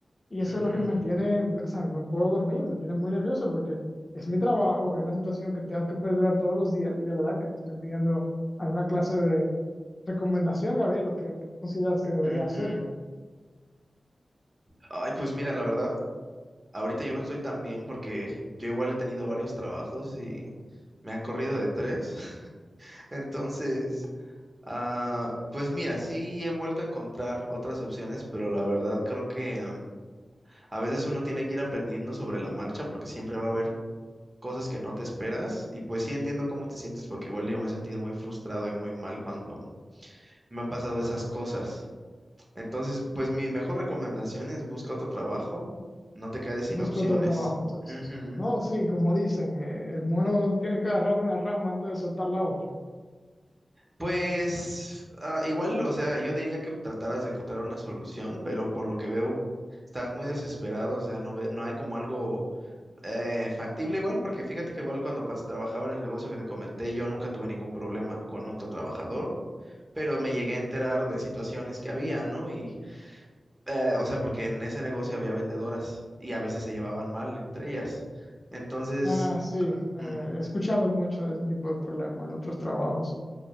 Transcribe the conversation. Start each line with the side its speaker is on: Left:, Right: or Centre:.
Left: Y eso
Right: Ujú,
Left: es lo que me tiene, o sea, no puedo dormir, me tiene muy nervioso porque es mi trabajo, es una situación que tengo que perdurar todos los días y de verdad que te estoy pidiendo alguna clase de recomendación, Gabriel, lo que consideras que debería
Right: ujú.
Left: hacer.
Right: Ay, pues mira, la verdad, ahorita yo no estoy tan bien porque yo igual he tenido varios trabajos y me han corrido de tres. <laughs> Entonces, ah, pues mira, sí he vuelto a encontrar otras opciones, pero la verdad creo que ah, a veces uno tiene que ir aprendiendo sobre la marcha porque siempre va a haber cosas que no te esperas y pues sí entiendo cómo te sientes porque igual yo me he sentido muy frustrado y muy mal cuando me han pasado esas cosas. Entonces, pues mi mejor recomendación es busca otro trabajo, no te quedes sin
Left: Busco
Right: opciones.
Left: otro trabajo entonces.
Right: Ujú.
Left: No, sí, como dicen, eh, el mono tiene que agarrar de una rama antes de soltar la otra.
Right: Pues ah, igual, o sea, yo diría que trataras de encontrar una solución, pero por lo que veo, estás muy desesperado, o sea, no, ve- no hay como algo eh, factible igual, porque fíjate que igual cuando pas- trabajaba en el negocio que te comenté, yo nunca tuve ningún problema con otro trabajador. pero me llegué a enterar de situaciones que había, ¿no? Y, eh, o sea, porque en ese negocio había vendedoras y a veces se llevaban mal entre ellas. Entonces,
Left: Ah, sí, eh,
Right: mm,
Left: he escuchado mucho de ese tipo de problemas en otros trabajos.